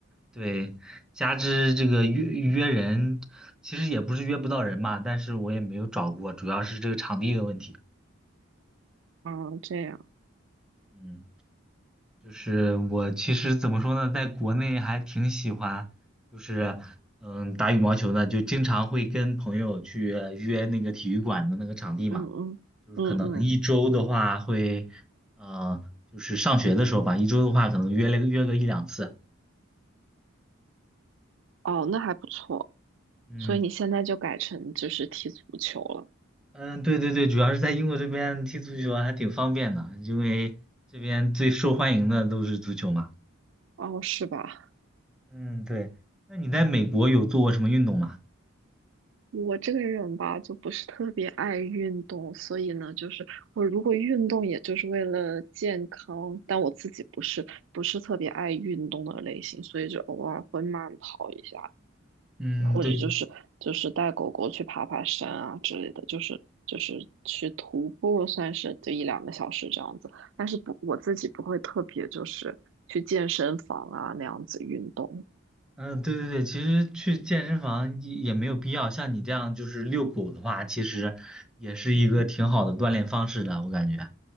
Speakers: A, in the centre; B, on the right (about 60°).
A: 对，加之这个约约人，其实也不是约不到人嘛，但是我也没有找过，主要是这个场地的问题。
B: 啊，这样，
A: 嗯。就是我其实怎么说呢，在国内还挺喜欢，就是嗯打羽毛球的，就经常会跟朋友去约那个体育馆的那个场地嘛，
B: 嗯嗯嗯嗯，
A: 就是可能一周的话会，呃，就是上学的时候吧，一周的话可能约了约个一两次。
B: 哦，那还不错。
A: 嗯
B: 所以你现在就改成就是踢足球了，
A: 嗯，对对对，主要是在英国这边踢足球还挺方便的，因为这边最受欢迎的都是足球嘛。
B: 哦，是吧？
A: 嗯，对。那你在美国有做过什么运动吗？
B: 我这个人吧，就不是特别爱运动，所以呢，就是我如果运动，也就是为了健康，但我自己不是不是特别爱运动的类型，所以就偶尔会慢跑一下，
A: 嗯，
B: 或者就是就是带狗狗去爬爬山啊之类的，
A: 对。
B: 就是就是去徒步，算是就一两个小时这样子。但是不，我自己不会特别就是去健身房啊那样子运动。
A: 嗯，对对对，其实去健身房也也没有必要，像你这样就是遛狗的话，其实也是一个挺好的锻炼方式的，我感觉，